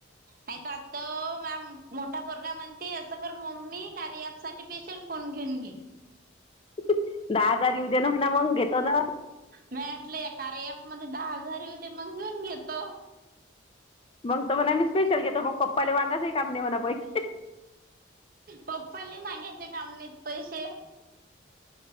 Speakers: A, on the right; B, on the left.
A: नाही आता मोठा पोरगा म्हणते असं कर मम्मी कार्य अँप साठी पेशल फण घेन गी
B: दहा हजार येऊद्या ना म्हणा मग घेतो ना.
A: मेटलं या कारेयापमध्येध्ये दहा हजार ते मग घेऊन घेतो.
B: मग तर मणा आम् स्पेशल घेतो मग पप्पाला माांाच हे काम नाही म्हणाहिजे.
A: पप्पाला मागायचे काम नाहीत पैसे.